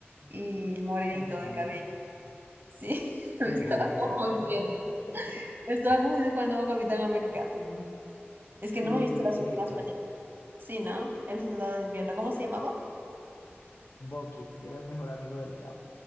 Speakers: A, on the right (about 45°); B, on the left (about 80°).
A: y morenito
B: Ajá.
A: de cabello. Sí, <laughs>
B: Sí,
A: me estaba
B: pelo negro.
A: confundiendo.
B: <laughs>
A: Me estaba confundiendo con el nuevo Capitán América.
B: Mm,
A: Es que
B: Sí,
A: no me he visto
B: sí,
A: las
B: sí,
A: últimas
B: exacto.
A: películas. Sí, ¿no? El Soldado de Invierno. ¿Cómo se llamaba?
B: Bucky era el mejor amigo del Cap.